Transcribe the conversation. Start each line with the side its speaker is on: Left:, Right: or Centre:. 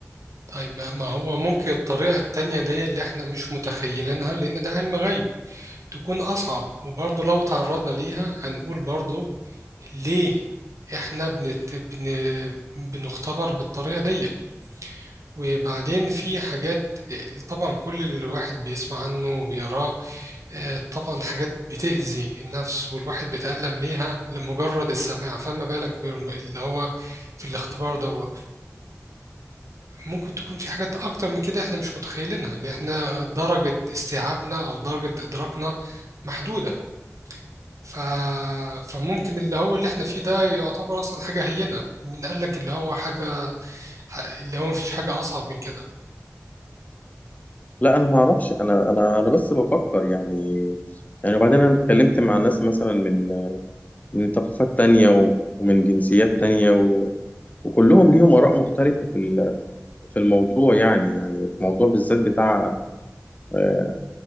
Right: طيب ما ما هو ممكن الطريقة التانية دي اللي احنا مش متخيلينها لأن ده علم غيب تكون أصعب وبرضه لو تعرضنا ليها هنقول برضه ليه احنا بن... بن... بنختبر بالطريقة دي وبعدين في حاجات طبعا كل الواحد بيسمع عنه وبيقراه آه، طبعا حاجات بتأذي النفس والواحد بيتألم ليها لمجرد السماع فما بالك بالم- اللي هو في الاختبار ده ممكن تكون في حاجات أكتر من كده إحنا مش متخيلينها اللي إحنا درجة استيعابنا أو درجة إدراكنا محدودة ف... فممكن اللي هو اللي إحنا فيه ده يعتبر أصلا حاجة هينة من قال لك اللي هو حاجة اللي هو مفيش حاجة أصعب من كده
Left: لا انا ما اعرفش انا انا انا بس بفكر يعني يعني وبعدين انا اتكلمت مع ناس مثلا من من ثقافات تانية و- ومن جنسيات تانية و... وكلهم ليهم آراء مختلفة في ال... في الموضوع يعني يعني في الموضوع بالذات بتاع آه،